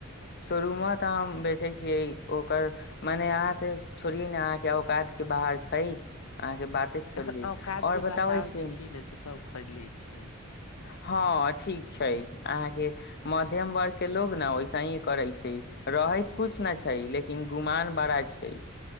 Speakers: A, on the left (about 50°); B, on the left (about 80°).
A: शोरूमो तऽ हम बेचै छियै ओकर, मने अहाँ से छोड़िये ने अहाँके औकात के बाहर छै अहाँके बाते छोड़िये
B: यहाँ औकातके
A: और बताबै
B: बातावर
A: छी
B: जाइ छियै ने तऽ सभ खरीद लै छियै।
A: हँ, ठीक छै। अहाँे मध्यम वर्ग के लोग न ओहिसही करै छै, रहैत कुछ न छै लेकिन गुमान बड़ा छै।